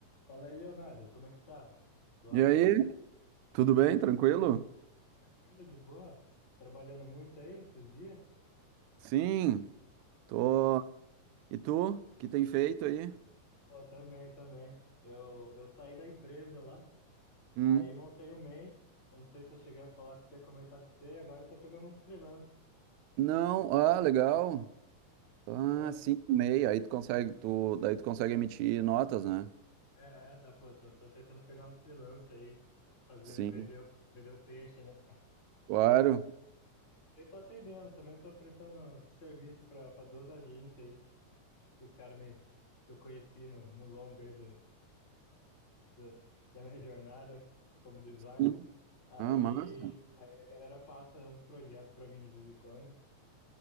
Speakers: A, on the left; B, on the right.
A: Fala aí, Leonardo, como é que tá? Suave?
B: E aí, tudo bem? Tranquilo?
A: Tranquilo, de boa? Trabalhando muito aí esses dias?
B: Sim, tô. E tu? O que tem feito aí?
A: Pô, também, também. Eu, eu saí da empresa lá,
B: Hum.
A: aí montei o MEI. Eu não sei se eu cheguei a falar com você, comentar com você, e agora eu tô pegando uns freelance.
B: Não, ah, legal. Ah,
A: Tô,
B: sim, meia. Aí tu consegue, tu, daí tu consegue emitir notas, né?
A: é, é, dá, pô, tô, tô tentando pegar uns freelance aí, fazer,
B: Sim,
A: vender, o- vender o peixe, né?
B: claro.
A: Mas também tô atendendo, também tô prestando serviço pra, pra duas agências aí, que os caras me, que eu conheci no, no longo aí da, da minha jornada como designer.
B: Sim.
A: Aí,
B: Ah, massa.
A: aí a galera passa uns projetos pra mim de vez em quando.